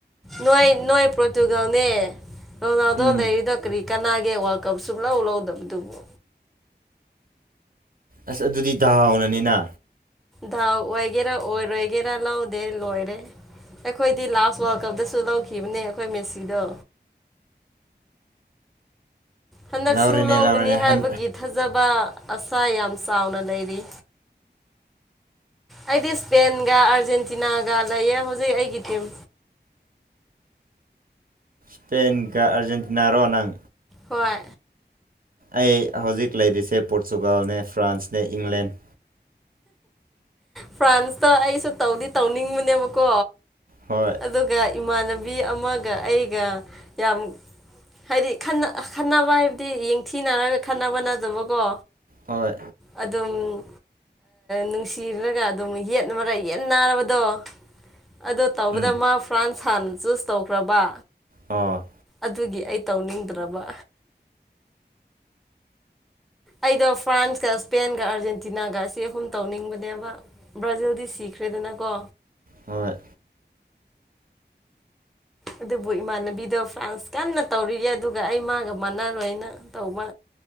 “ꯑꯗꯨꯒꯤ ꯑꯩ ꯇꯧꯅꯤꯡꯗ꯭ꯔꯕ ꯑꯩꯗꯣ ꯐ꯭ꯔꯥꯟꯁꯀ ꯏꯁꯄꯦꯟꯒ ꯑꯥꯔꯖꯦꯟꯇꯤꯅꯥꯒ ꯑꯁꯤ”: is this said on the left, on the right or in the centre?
Centre